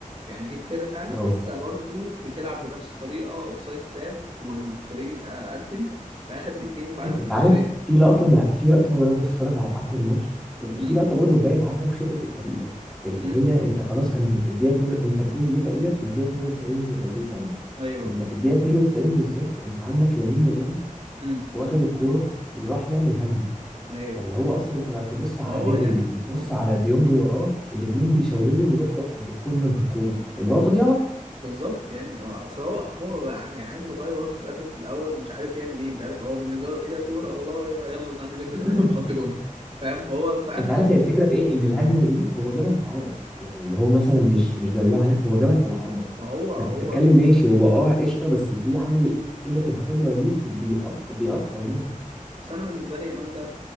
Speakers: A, on the right; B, in the centre.
A: يعني إيه فرقة
B: اه
A: لسه برضو بتلعب بنفس الطريقة أوف سايد تراب والفريق متقدم في آخر دقيقتين بعد ما أنت
B: انت
A: كسبان
B: عارف في لقطه انا في لقطه وانا بتفرج على قعدة الماتش انت
A: امم
B: في لقطه برضو تبين عدم خبره الفريق ده اللي
A: امم
B: هي انت خلاص كان الدقيقه 2 انت الجون جه تقريبا في الدقيقه 92 و30 ثانيه
A: أيوه
B: انت في الدقيقه 92 بالظبط انت عندك لامين يامال
A: امم
B: واخد الكوره وراح يعمل هجمه
A: أيوه
B: فاللي هو اصلا انت لو تبص على
A: ما هو
B: بدري
A: ده
B: وتبص
A: ما هو
B: على ديونج وراه الاتنين بيشاوروا له يروح يقف عند الكورنر بالكوره اللي هو تضييع وقت
A: بالظبط يعني هو أصل هو هو يعني عيل صغير برضه في الآخر في الأول مش عارف يعمل إيه مش عارف هو بالنسبة له إيه ده كورة الله يلا ده هنلف
B: <laughs>
A: ثلاثة ونحط جون فاهم هو فعلا
B: انت عارف
A: حتة
B: هي الفكره في ايه ان الهجمه دي هو جابها في العارضه يعني اللي هو مثلا مش مش ضيعها لا هو جابها في العارضه
A: ما هو
B: فانت بتتكلم
A: هو
B: ماشي هو اه قشطه بس في عامل قله الخبره دي بيقف بيأثر برضه
A: بس انا بالنسبه لي يامال ده